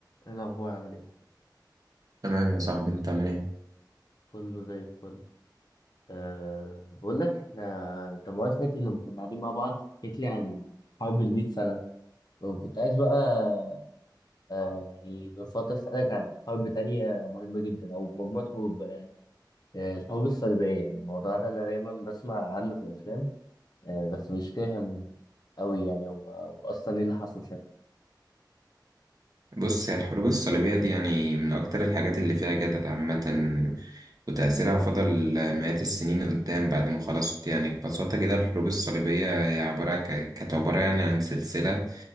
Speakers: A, on the left; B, on the right.
A: ايه الاخبار عامل ايه
B: تمام يا صاحبي انت عامل ايه
A: كله زي الفل أه بقول لك احنا انت المره اللي فاتت لما كنا قاعدين مع بعض حكيت لي عن حرب المئة سنه وكنت عايز بقى أه يعني من فتره اسالك عن حرب تانية مهمه جدا او مجموعه حروب بقى يعني أه الحروب الصليبيه يعني الموضوع ده انا دايما بسمع عنه في الافلام أه بس مش فاهم قوي يعني هو هو اصلا ايه اللي حصل ساعتها
B: بص هي الحروب الصليبية دي يعني من أكتر الحاجات اللي فيها جدل عامة وتأثيرها فضل مئات السنين قدام بعد ما خلصت يعني ببساطة كده الحروب الصليبية هي عبارة ك- كانت عبارة يعني عن سلسلة